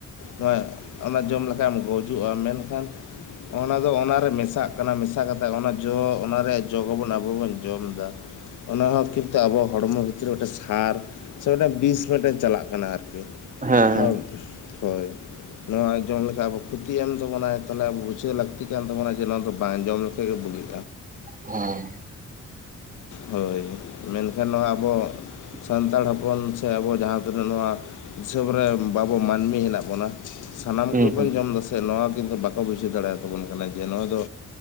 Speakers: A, on the left (about 75°); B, on the right (about 25°).
A: ᱦᱮᱸ ᱚᱱᱟ ᱡᱚᱢ ᱞᱮᱠᱷ ᱜᱩᱡᱩᱜᱼᱟ ᱢᱮᱱᱠᱷᱟᱱ ᱚᱱᱟ ᱫᱚ ᱚᱱᱟ ᱨᱮ ᱢᱮᱥᱟᱜ ᱠᱟᱱᱟ ᱢᱮᱥᱟ ᱠᱟᱛᱮ ᱚᱱᱟ ᱡᱚ ᱚᱱᱟ ᱨᱮᱭᱟᱜ ᱡᱚᱵᱚᱱ ᱟᱵᱚ ᱵᱚᱱ ᱡᱚᱢ ᱮᱫᱟ ᱚᱱᱟ ᱦᱚᱸ ᱦᱚᱸ ᱠᱤᱱᱛᱩ ᱟᱵᱚ ᱦᱚᱲᱢᱚ ᱵᱷᱤᱛᱨᱤ ᱢᱤᱫᱴᱮᱱ ᱥᱟᱨ ᱥᱮ ᱢᱤᱫᱴᱮᱱ ᱵᱤᱥ ᱢᱤᱫᱴᱮᱱ ᱪᱟᱞᱟᱜ ᱠᱟᱱᱟ ᱟᱨᱠᱤ
B: ᱦᱮᱸ
A: ᱱᱚᱣᱟ
B: <inaudible>
A: ᱦᱳᱭ ᱱᱚᱣᱟ ᱡᱚᱢ ᱞᱮᱠᱷᱟᱟᱱ ᱟᱵᱚ ᱠᱷᱚᱛᱤᱜ ᱮᱢ ᱛᱟᱵᱚᱱᱟᱭ ᱛᱟᱦᱚᱞᱮ ᱟᱵᱚ ᱵᱩᱡᱷᱟᱹᱣ ᱞᱟᱹᱠᱛᱤ ᱠᱟᱱ ᱛᱟᱵᱚᱱᱟ ᱡᱮ ᱱᱚᱣᱟ ᱫᱚ ᱵᱟᱝ ᱡᱚᱢ ᱞᱮᱠᱷᱷᱟᱡ ᱜᱮ ᱵᱩᱜᱤ
B: ᱦᱮᱸ
A: ᱦᱳᱭ ᱢᱮᱱᱠᱷᱟᱱ ᱱᱚᱣᱟ ᱟᱵᱚ
B: <inaudible>
A: ᱥᱟᱱᱛᱟᱲ ᱦᱚᱯᱚᱱ ᱥᱮ ᱟᱵᱚ ᱡᱟᱦᱟᱸ ᱛᱤᱱᱟᱹᱜ ᱱᱚᱣᱟ ᱫᱤᱥᱚᱢ ᱨᱮ ᱵᱟᱵᱚ ᱢᱟᱹᱱᱢᱤ ᱦᱮᱱᱟᱜ ᱵᱚᱱᱟ ᱥᱟᱱᱟᱢ
B: ᱦᱩᱸ
A: ᱠᱚᱜᱮᱵᱚᱱ ᱡᱚᱢ ᱫᱟᱥᱮ ᱱᱚᱣᱟ ᱠᱤᱱᱛᱩ ᱵᱟᱠᱚ ᱵᱩᱡᱷᱟᱹᱣ ᱫᱟᱲᱮᱭᱟᱛᱟᱵᱚᱱ ᱠᱟᱱᱟ ᱡᱮ ᱱᱚᱣᱟ ᱫᱚ